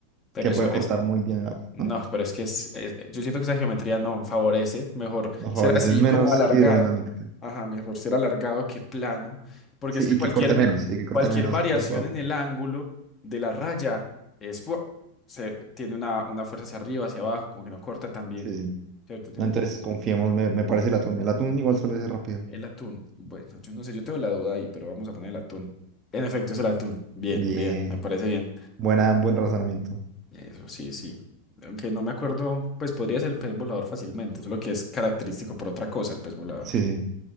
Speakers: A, on the left (about 25°); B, on the right (about 30°).
A: pero
B: que
A: eso
B: puede cortar
A: es
B: muy bien el agua,
A: No,
B: ¿no?
A: pero es que es- es- yo siento que esa geometría no favorece. Mejor
B: Nos
A: ser
B: favorece,
A: así
B: es menos
A: como alargado.
B: hidrodinámico.
A: Ajá, mejor ser alargado que plano. Porque
B: Sí,
A: es que
B: y
A: cualquier,
B: que corte menos, y que corte
A: cualquier
B: menos
A: variación
B: cuerpo de agua.
A: en el ángulo de la raya es, pu- se, tiene una, una fuerza hacia arriba, hacia abajo, como que no corta tan bien.
B: Sí, sí.
A: ¿Cierto? Tiene
B: No, entonces
A: un-
B: confiemos, me, me parece el atún. El atún igual suele ser rápido.
A: el atún. Bueno, yo no sé, yo tengo la duda ahí, pero vamos a poner el atún. En efecto, es el atún. Bien,
B: Bien.
A: bien, me parece bien.
B: Buena, buen razonamiento.
A: Eso, sí, sí. Aunque no me acuerdo, pues podría ser el pez volador fácilmente, solo que es característico por otra cosa el pez volador.
B: Sí,
A: Que...
B: sí.